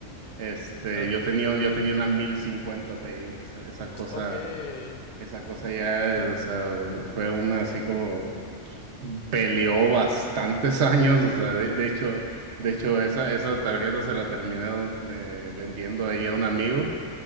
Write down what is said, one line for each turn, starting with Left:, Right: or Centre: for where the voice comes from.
Right: este,
Left: Ya.
Right: yo tenía, yo tenía una 1050 Ti, o sea, esa cosa,
Left: Ok. <laughs>
Right: esa cosa ya, o sea, fue una así como peleó bastantes <laughs> años, o sea, de, de hecho, de hecho, esa, esa tarjeta se la terminé eh, vendiendo ahí a un amigo,